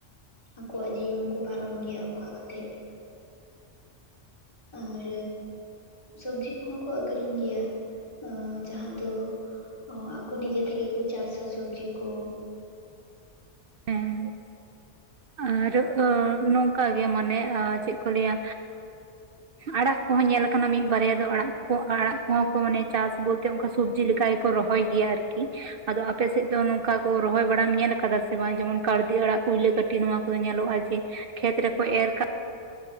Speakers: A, on the left (about 25°); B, on the right (about 60°).
A: ᱟᱠᱚᱣᱟᱜ, ᱡᱤᱭᱚᱱ ᱠᱚ ᱯᱟᱨᱚᱢ ᱜᱮᱭᱟ ᱚᱱᱠᱟ ᱠᱟᱛᱮᱜ᱾ ᱟᱨ, ᱥᱚᱵᱡᱤ ᱠᱚᱦᱚᱸ ᱠᱚ ᱟᱠᱷᱨᱤᱧ ᱜᱮᱭᱟ ᱡᱟᱦᱟᱸ ᱫᱚ, ᱚ ᱟᱠᱚ ᱱᱤᱡᱮ ᱛᱮᱜᱮ ᱠᱚ ᱪᱟᱥᱟ ᱥᱚᱵᱡᱤ ᱠᱚ᱾ <inaudible>
B: ᱦᱮᱸ ᱟᱨ ᱱᱚᱝᱠᱟ ᱜᱮ ᱢᱟᱱᱮ ᱪᱮᱫ ᱠᱚ ᱞᱟᱹᱭᱟ? ᱟᱲᱟᱜ ᱠᱚᱦᱚᱸ ᱧᱮᱞᱟ ᱠᱟᱱᱟ ᱢᱤᱫ ᱵᱟᱨᱭᱟ ᱫᱚ ᱟᱲᱟᱜ ᱠᱚᱠᱚ ᱟᱲᱟᱜ ᱠᱚᱦᱚᱸ ᱠᱚ ᱢᱟᱱᱮ ᱪᱟᱥᱵᱚᱛ, ᱚᱱᱠᱟ ᱥᱚᱵᱡᱤ ᱞᱮᱠᱟ ᱜᱮᱠᱚ ᱨᱚᱦᱚᱭ ᱜᱮᱭᱟ ᱟᱨᱠᱤ ᱟᱫᱚ ᱟᱯᱮᱥᱮᱫ ᱫᱚ ᱱᱚᱝᱠᱟ ᱠᱚ ᱨᱚᱦᱚᱭ ᱵᱟᱲᱟᱢ ᱧᱮᱞ ᱠᱟᱫᱟ᱾ ᱵᱟᱝ, ᱡᱮᱢᱚᱱ ᱠᱟᱲᱫᱮ ᱟᱲᱟᱜ ᱠᱩᱭᱞᱟᱹ ᱠᱟᱹᱴᱤ ᱱᱚᱣᱟ ᱠᱚᱫᱚ ᱧᱮᱞᱚᱜᱼᱟ ᱡᱮ ᱠᱷᱮᱛ ᱨᱮᱠᱚ ᱮᱨ ᱠᱟᱜ